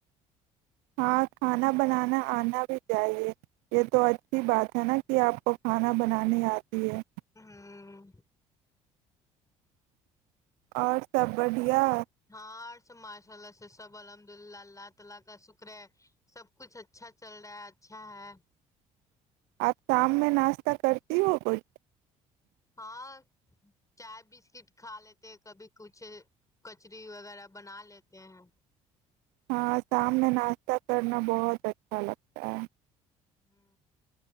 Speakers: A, on the right; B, on the left.
A: ہاں کھانا بنانا آنا بھی چاہیے یہ تو اچھی بات ہے نا کہ آپ کو کھانا بنانی آتی ہے
B: ہاں
A: اور سب بڑھیا
B: مجھے وہاں پر دی نا ٹھار س ماشاءاللہ سے سب الحمدللہ اللہ تعالی کا شکر ہے سب کچھ اچھا چل رہا ہے اچھا ہے
A: آپ شام میں ناشتہ کرتی ہو کچھ
B: ہاں چائے بسکٹ کھا لیتے ہیں کبھی کچھ کچری وغیرہ بنا لیتے ہیں
A: ہاں شام میں ناشتہ کرنا بہت اچھا لگتا ہے
B: ہ